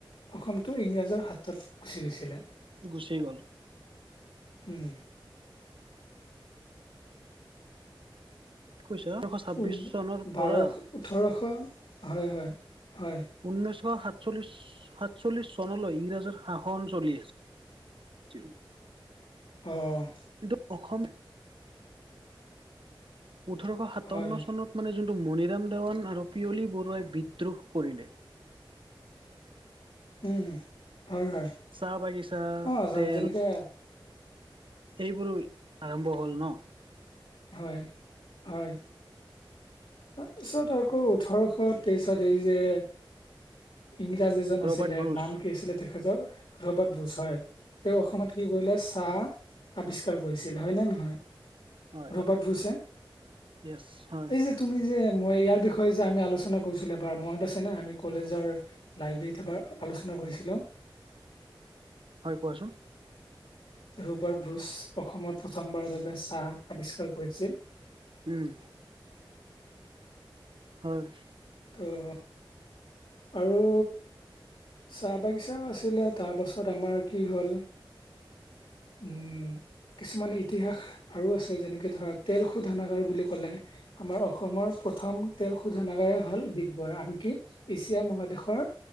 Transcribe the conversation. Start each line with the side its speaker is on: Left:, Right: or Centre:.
Left: অসমটো ইংৰাজৰ হাতত গুচি গৈছিলে।
Right: গুচি গ'ল।
Left: উম।
Right: কৈছ, ওঠৰশ ছাব্বিশ
Left: ঊন
Right: চনৰ
Left: বাৰশ
Right: পৰা
Left: ওঠৰশ হয় হয়, হয়।
Right: ঊনৈছশ সাতচল্লিশ সাতচল্লিশ চনলৈ ইংৰাজৰ শাসন চলি আ ছিল।
Left: অ'।
Right: কিন্তু অসম ওঠৰশ সাতাৱন্ন
Left: হয়
Right: চনত মানে যোনটো মণিৰাম দেৱান আৰু পিয়লি বৰুৱাই বিদ্ৰোহ কৰিলে
Left: উম, হয়, হয়,
Right: চাহ বাগিচা
Left: অ' যা
Right: তেল
Left: যেনেকে
Right: এইবোৰো আৰম্ভ হ'ল ন'?
Left: হয়, হয়। তাৰপিছত আকৌ ওঠৰশ তেইশত এই যে ইংৰাজ এজন আছিলে
Right: ৰবাৰ্ট ব্ৰুচ
Left: নাম কি আছিলে তেখেতৰ ৰবাৰ্ট বোছ হয়, তেওঁ অসমত কি কৰিলে চাহ আৱিষ্কাৰ কৰিছিল হয় নে নহয়?
Right: হয়,
Left: ৰবাৰ্ট
Right: হয়,
Left: ব্ৰুছে।
Right: ইয়েছ হয়।
Left: এই তুমি যে মই ইয়াৰ বিষয়ে যে আমি আলোচনা কৰিছিলোঁ এবাৰ মনত আছে নে, আমি কলেজৰ লাইব্ৰেৰীত এবাৰ আলোচনা কৰিছিলোঁ।
Right: হয় কোৱাচোন
Left: ৰবাৰ্ট ব্ৰুছ অসমত প্ৰথমবাৰৰ বাবে চাহ আৱিষ্কাৰ কৰিছিল।
Right: উম। হয়।
Left: অ' আৰু চাহ বাগিচা আছিলে তাৰ পাছত আমাৰ কি হ'ল। উম কিছুমান ইতিহাস আৰু আছে যেনেকে ধৰা তেল শোধনাগাৰ বুলি ক'লে আমাৰ অসমৰ প্ৰথম তেল শোধনাগাৰ হ'ল ডিগবৈ আনকি এছিয়া মহাদেশৰ